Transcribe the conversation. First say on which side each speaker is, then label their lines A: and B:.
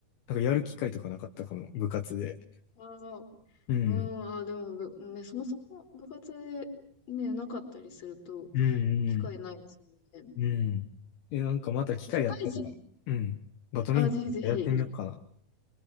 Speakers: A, on the left; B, on the left.
A: なんかやる機会とかなかったかも、
B: うん
A: 部活で。
B: ああー、
A: うん。
B: うん、あー、でも、ぶね、そもそも部活でね、なかったりすると、
A: うん、
B: 機会ないですもんね。
A: うん、うん。え、なんかまた機会やったら、
B: 社会人、
A: うん。バドミントンやってみようかな。
B: あー、ぜひぜひ、